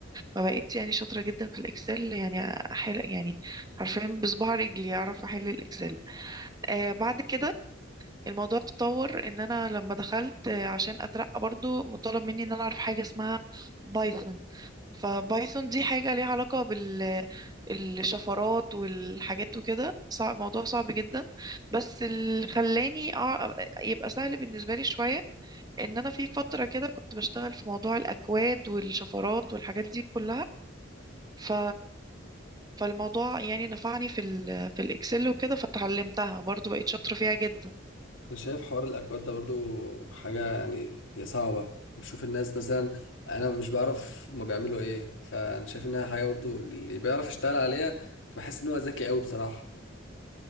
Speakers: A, on the right; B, on the left.
A: ما بقيت يعني شاطره جدا في الاكسل يعني احل يعني حرفيا بصباع رجلي اعرف احل الاكسل آه بعد كده الموضوع تطور ان انا لما دخلت آه، عشان اترقى برضو مطالب مني ان انا اعرف حاجه اسمها بايثون فبايثون دي حاجه ليها علاقه بال الشفرات والحاجات وكده صعب موضوع صعب جدا بس اللي خلاني أع- يبقى سهل بالنسبه لي شويه ان انا في فتره كده كنت بشتغل في موضوع الاكواد والشفرات والحاجات دي كلها ف فالموضوع يعني نفعني في ال في الاكسل وكده فتعلمتها برضو بقيت شاطره فيها جدا
B: انا شايف حوار الاكواد ده برضو حاجه يعني هي صعبه بشوف الناس مثلا انا مش بعرف هما بيعملوا ايه فانا شايف انها حاجه برضو اللي بيعرف يشتغل عليها فبحس ان هو ذكي قوي بصراحه